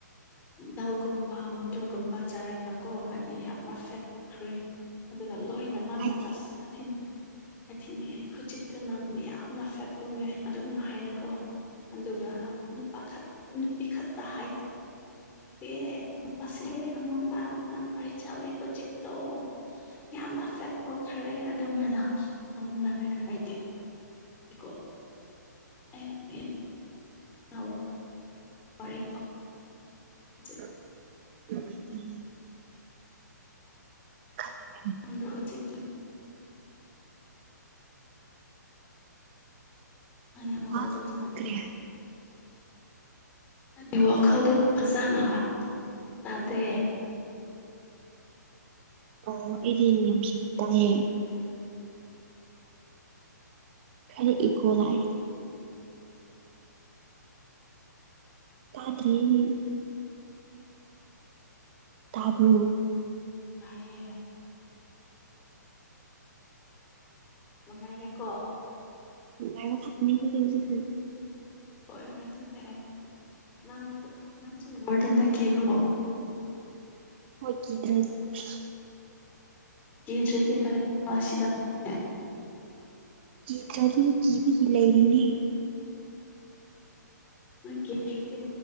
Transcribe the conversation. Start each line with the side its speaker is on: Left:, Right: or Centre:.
Left: ꯗꯥꯜꯒꯨꯝꯕ ꯃꯣꯇꯣꯔꯒꯨꯝꯕ ꯆꯥꯔꯒ ꯀꯣ ꯑꯩꯗꯤ ꯌꯥꯝꯅ ꯐꯦꯠ ꯑꯣꯏꯈ꯭ꯔꯦ ꯑꯗꯨꯒ ꯂꯣꯏꯅ ꯃꯥꯟꯅ
Right: ꯀꯥꯏꯗꯦ
Left: ꯑꯁ <unintelligible> ꯍꯧꯖꯤꯛꯇꯣ ꯅꯪ ꯌꯥꯝꯅ ꯐꯦꯠ ꯑꯣꯏꯌꯦ ꯑꯗꯨꯝꯅ ꯍꯥꯏꯔꯑꯣ ꯑꯗꯨꯒ ꯅꯨꯄꯥ ꯈꯛ ꯅꯨꯄꯤ ꯈꯛꯇ ꯍꯥꯏꯗꯦ ꯗꯦ ꯅꯨꯄꯁꯦ ꯑꯩꯉꯣꯟꯗ ꯅꯪ ꯀꯔꯤ ꯆꯥꯎꯋꯤ ꯍꯧꯖꯤꯛꯇꯣ ꯌꯥꯝꯅ ꯐꯦꯠ ꯑꯣꯏꯈ꯭ꯔꯦ ꯑꯗꯨꯃꯥꯏꯅ ꯑꯩꯉꯣꯟꯗ ꯍꯥꯏꯔꯛꯑꯗꯤ <unintelligible> ꯀꯣ <unintelligible> ꯅꯋꯥ ꯋꯥꯔꯤ
Right: <unintelligible>
Left: <unintelligible>
Right: ꯈꯪꯕ꯭ꯔ ꯅꯪ
Left: ꯅꯪꯗꯣ ꯍꯧꯖꯤꯛꯇꯤ ꯅꯪ ꯌꯥ ꯃꯈꯜꯗꯣ
Right: ꯍꯥ
Left: ꯆꯪꯉꯛꯇꯦ
Right: ꯀꯔꯤ ꯍꯥꯏꯕꯅꯣ
Left: ꯅꯪꯒꯤ ꯋꯥꯈꯜꯗꯨ ꯐꯖꯅ ꯇꯥꯗꯦ
Right: ꯑꯣ ꯑꯩꯗꯤ <unintelligible> ꯇꯥꯏꯌꯦ ꯈꯔ ꯏꯀꯣ ꯂꯥꯛꯑ ꯇꯥꯗ꯭ꯔꯦꯅꯦ꯫ ꯇꯥꯕ꯭ꯔꯣ꯫
Left: ꯇꯥꯏꯌꯦ꯫ ꯅꯨꯡꯉꯥꯏꯔꯦꯀꯣ꯫
Right: ꯅꯨꯡꯉꯥꯏꯕ ꯈꯥꯛꯅꯤ <unintelligible>
Left: ꯍꯣꯏ ꯑꯗꯨꯅꯦ ꯅꯪ ꯅꯪꯁꯨ ꯕꯔꯗꯟ ꯇꯛꯈꯤꯕ꯭ꯔꯣ?
Right: ꯍꯣꯏꯒꯤ <unintelligible>
Left: ꯀꯤꯗ꯭ꯔꯥꯗꯤ ꯀꯔꯤ__ <inaudible> ꯁꯤꯗ ꯐꯪꯉꯦ꯫
Right: ꯀꯤꯗ꯭ꯔꯥꯗꯤ ꯀꯤꯕꯒꯤ ꯂꯩꯔꯤꯅꯦ꯫
Left: ꯅꯪ ꯀꯤꯗ꯭ꯔꯥꯗꯤ